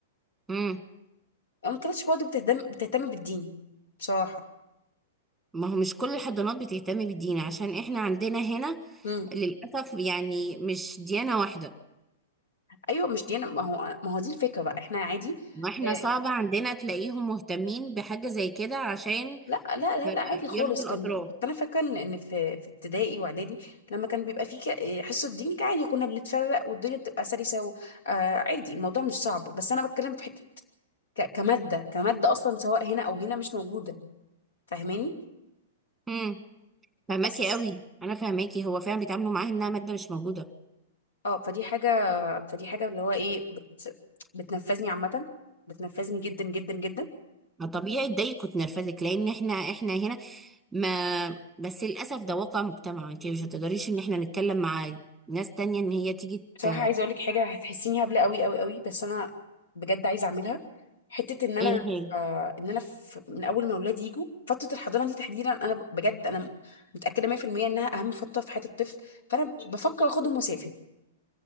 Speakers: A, in the centre; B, on the left (about 85°).
A: امم
B: ما كانتش برضه بتهتم بتهتم بالدين بصراحة
A: ما هو مش كل الحضانات بتهتم بالدين عشان احنا عندنا هنا
B: امم
A: للأسف يعني مش ديانة واحدة
B: ايوه مش ديانة ما هو ما هو دي الفكرة بقى احنا عادي
A: واحنا
B: آه،
A: صعب عندنا تلاقيهم مهتمين بحاجة زي كده عشان
B: لا لا لا لا عادي خالص
A: يرضي الاطراف
B: كان كنت انا فاكرة ان إن في في ابتدائي واعدادي لما كان بيبقى في ك- آه، حصة دين كان عادي كنا بنتفرق والدنيا بتبقى سلسة و... آه عادي الموضوع مش صعب بس انا بتكلم في حتة ك... كمادة كمادة اصلا سواء هنا او هنا مش موجودة فاهماني
A: امم فهماكي
B: بس
A: قوي انا فهماكي هو فعلا بيتعاملوا معاها انها ماده مش موجوده
B: اه فدي حاجة فدي حاجة اللي هو ايه بت... بتنفذني عامة بتنفذني جدا جدا جدا
A: ما طبيعي تضايقك وتنرفزك لان احنا احنا هنا ما بس للاسف ده واقع مجتمع انت مش هتقدريش ان احنا نتكلم مع ناس تانية ان هي تيجي
B: بصراحة
A: ت...
B: عايزة اقولك حاجة هتحسيني هبلة قوي قوي قوي بس انا بجد عايزة اعملها حتة ان انا
A: ايه هي
B: آه ان انا في من اول ما اولادي يجوا فترة الحضانة دي تحديدا انا ب- بجد انا متأكدة 100% انها اهم فترة في حياة الطفل فانا بفكر اخدهم واسافر